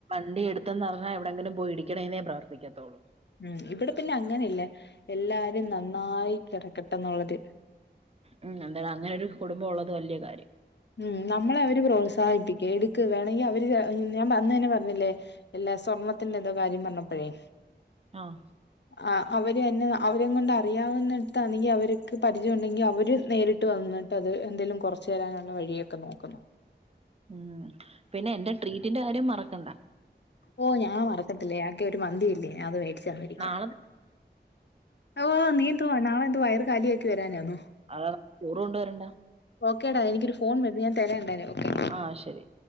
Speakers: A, on the right (about 35°); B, on the left (about 75°).
A: വണ്ടി എട്ത്തെന്നറിഞ്ഞാ എവിടെങ്കിലും പോയി ഇടിക്കണേന്നേ പ്രാർത്ഥിക്കത്തൊള്ളൂ.
B: ഉം ഇവിടെ പിന്നെ അങ്ങനേല്ല എല്ലാരും നന്നായി കെടക്കട്ടേന്നൊള്ളൊര്
A: ഉം എന്തായാലും അങ്ങനൊരു കുടുംബം ഒള്ളത് വല്ല്യ കാര്യം.
B: ഉം നമ്മളെ അവര് പ്രോത്സാഹിപ്പിക്കും എടുക്ക് വേണെങ്കി അവര് ഞാൻ വന്ന് തന്നെ പറഞ്ഞില്ലേ ഇല്ല സ്വർണ്ണത്തിന്റെത്നോ കാര്യം പറ്ഞ്ഞപ്പഴേ
A: ആഹ്.
B: <inaudible> ആഹ് അവര് എന്നെ അവരേങ്ങൊണ്ട് അറിയാവുന്നെടത്താണെങ്കീ അവര്ക്ക് പരിചയം ഉണ്ടെങ്കീ അവര് നേരിട്ട് വന്ന് അത് എന്തെലും കൊറച്ച് തരാനുള്ള വഴിയൊക്കെ നോക്കുന്ന്
A: ഉം പിന്നെ എന്റെ ട്രീറ്റിന്റെ കാര്യം മറക്കണ്ട.
B: ഓ ഞാൻ മറക്കത്തില്ലേ ആകെ ഒര് മന്തിയല്ലേ അത് വേട് <unintelligible>
A: നാളെ
B: ഓ നീ എന്തുവാ നാളെയെത്നാ വയറ് കാലിയാക്കി വരാനാന്നോ?
A: അതാ ചോറ് കൊണ്ടുവരണ്ട
B: ഓക്കെടാ എനിക്കൊരു ഫോൺ വര്ന്ന് ഞാൻ തരാ എന്തായലും ഓക്കെ.
A: ആഹ് ശെരി.